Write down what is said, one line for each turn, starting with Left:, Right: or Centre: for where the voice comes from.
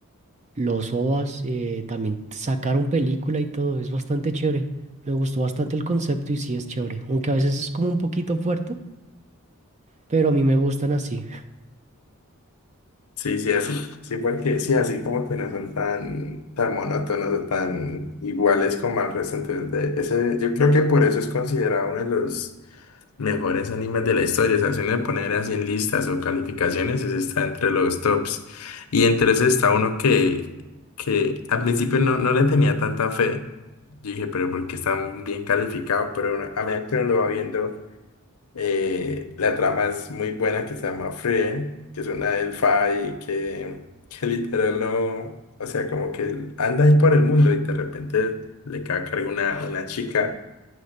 Right: los OVAs, eh, también sacaron película y todo. Es bastante chévere. Me gustó bastante el concepto y sí es chévere, aunque a veces es como un poquito fuerte, pero a mí me gustan así.
Left: Sí, sí, así. Sí, porque sí, así como que no son tan, tan monótonos o tan iguales como al resto. Entonces, de- ese, yo creo que por eso es considerado uno de los mejores animes de la historia. O sea, si uno le poner así en listas o calificaciones, ese está entre los tops. Y entre ese está uno que, que al principio no, no le tenía tanta fe. Yo dije, pero porque está bien calificado, pero uno- a medida que uno lo va viendo. Eh, la trama es muy buena que se llama Frieren, que es una elfa y que, <laughs> que literal no, o sea, como que anda ahí por el mundo y de repente le cae a cargo una, una chica